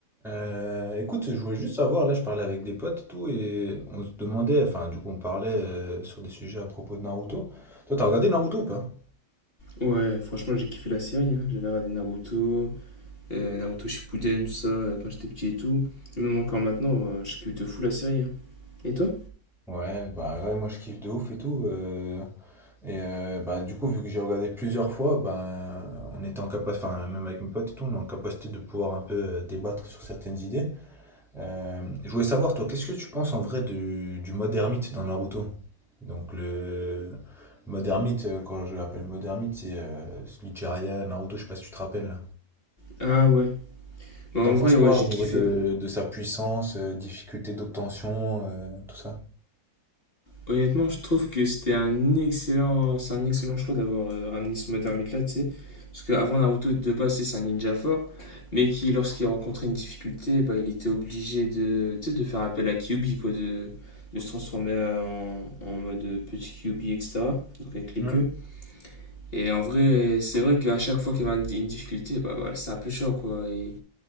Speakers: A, in the centre; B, on the left (about 30°).
A: Euh, écoute, je voulais juste savoir, là je parlais avec des potes et tout, et on se demandait, enfin du coup on parlait euh, sur des sujets à propos de Naruto. Toi t'as regardé Naruto ou pas?
B: Ouais, franchement, j'ai kiffé la série. hein. J'avais regardé Naruto, euh, Naruto Shippuden, tout ça, euh, quand j'étais petit et tout. Et même encore maintenant, euh, je kiffe de fou la série. hein. Et toi?
A: Ouais, bah ouais, moi je kiffe de ouf et tout. euh, et euh, bah du coup vu que j'ai regardé plusieurs fois, bah on était en capacité, enfin même avec mes potes et tout, on est en capacité de pouvoir un peu euh, débattre sur certaines idées. Euh, je voulais savoir, toi, qu'est-ce que tu penses en vrai du, du mode ermite dans Naruto? Donc, le, le mode ermite, euh, quand je l'appelle mode ermite, c'est euh, celui Jiraiya, Naruto, je sais pas si tu te rappelles.
B: Ah ouais. Bah en
A: T'en penses
B: vrai,
A: quoi
B: ouais, j'ai
A: au niveau
B: kiffé.
A: de,
B: hein.
A: de sa puissance, euh, difficulté d'obtention, euh, tout ça?
B: Honnêtement, je trouve que c'était un excellent, c'est un excellent choix d'avoir euh, ramené ce mode ermite-là, tu sais. Parce qu'avant Naruto, de base, c'est c'est un ninja fort, mais qui, lorsqu'il rencontrait une difficulté, bah, il était obligé de, tu sais, de faire appel à Kyuubi, quoi, de, de se transformer euh, en, en mode euh, petit Kyuubi, etc. Donc avec les
A: Hmm.
B: queues. Et en vrai, c'est vrai qu'à chaque fois qu'il y avait un- une difficulté, bah voilà, c'est un peu chiant quoi. Et